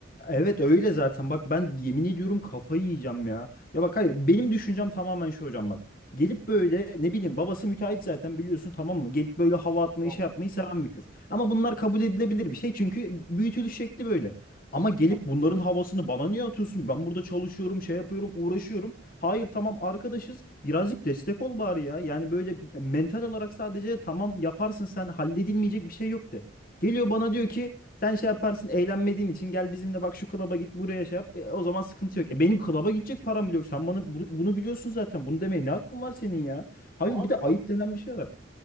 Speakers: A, on the left; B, on the right.
A: Evet öyle zaten. Bak ben yemin ediyorum kafayı yiyeceğim ya. Ya bak hayır benim düşüncem tamamen şu hocam bak. Gelip böyle ne bileyim babası müteahhit zaten biliyorsun tamam mı? Gelip böyle hava atmayı
B: Tamam.
A: şey yapmayı seven bir kız. Ama bunlar kabul edilebilir bir şey çünkü büyütülüş şekli böyle. Ama gelip
B: Hı.
A: bunların havasını bana niye atıyorsun? Ben burada çalışıyorum, şey yapıyorum, uğraşıyorum. Hayır tamam arkadaşız. Birazcık destek ol bari ya. Yani böyle mental olarak sadece tamam yaparsın sen halledilmeyecek bir şey yok de. Geliyor bana diyor ki sen şey yaparsın eğlenmediğin için gel bizimle bak şu klaba git buraya şey yap. E, o zaman sıkıntı yok. E benim klaba gidecek param bile yok. Sen bana bunu, bunu biliyorsun zaten. Bunu demeye ne hakkın var senin ya? Hayır
B: Abi
A: bir de ayıp
B: bak
A: denen bir şey var.